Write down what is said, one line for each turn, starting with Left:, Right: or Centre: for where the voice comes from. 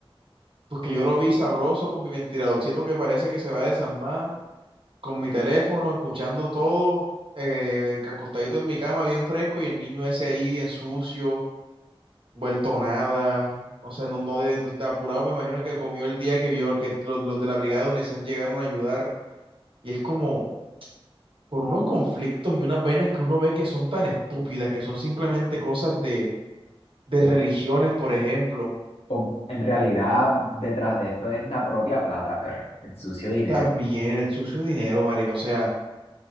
Right: Pues que yo lo vi sabroso con mi ventiladorcito que parece que se va a desarmar, con mi teléfono, escuchando todo, eh, el acostadito en mi cama bien fresco y el niño ese ahí en sucio, vuelto nada. O sea, no, no, de, no- de apurado, me imagino que comió el día que vio que los, los de la brigada de UNICEF llegaron a ayudar. Y es como por unos conflictos y unas venas que uno ve que son tan estúpidas, que son simplemente cosas de, de religiones, por ejemplo.
Left: O- en realidad, detrás de eso es la propia plata, perro. El sucio dinero.
Right: También el sucio dinero, marica. O sea.